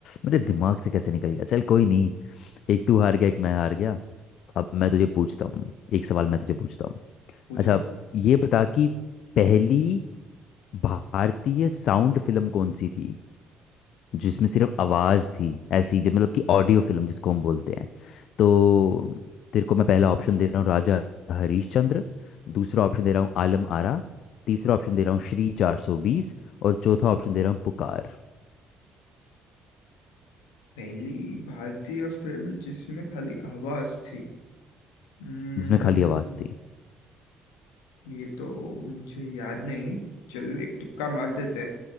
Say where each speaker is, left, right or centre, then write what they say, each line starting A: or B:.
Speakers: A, on the left; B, on the left.
A: मेरे दिमाग से कैसे निकल गया चल कोई नहीं एक तू हार गया एक मैं हार गया अब मैं तुझे पूछता हूँ एक सवाल मैं तुझे पूछता हूँ
B: पूछो
A: अच्छा ये बता कि पहली भारतीय साउंड फिल्म कौन सी थी जिसमें सिर्फ आवाज़ थी ऐसी जो मतलब कि ऑडियो फिल्म जिसको हम बोलते हैं तो तेरे को मैं पहला ऑप्शन दे रहा हूँ राजा हरीशचंद्र दूसरा ऑप्शन दे रहा हूँ आलम आरा तीसरा ऑप्शन दे रहा हूँ श्री 420 और चौथा ऑप्शन दे रहा हूँ पुकार
B: पहली भारतीय फिल्म जिसमें खाली आवाज थी हम्म
A: जिसमें खाली आवाज़ थी
B: ये तो मुझे याद नहीं चल एक तुक्का मार देते हैं